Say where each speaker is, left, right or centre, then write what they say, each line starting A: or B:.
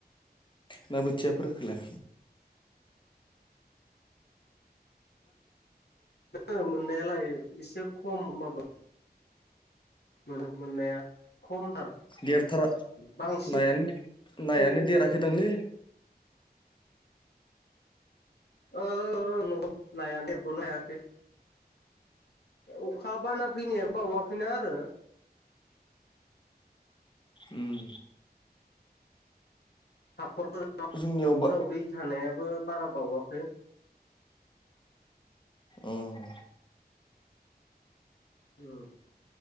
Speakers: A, on the left; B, on the left.
A: ना बोथियाफोरखोलाय
B: नो मोननायालाय एसे खम होनबाबो। मोनो मोननाया खमथार
A: देरथारा
B: बांसिन
A: नायानो नायानो
B: बे
A: देराखैदांलै
B: औ नंगौ नाया देरखनो हायाखै अखा बाना फैनायानो बावाखैना आरो
A: उम
B: हाख'रफोराव
A: जोंनियाव
B: हारफोराव
A: बा
B: दै थानायाबो बारा बावाखै
A: उम
B: उम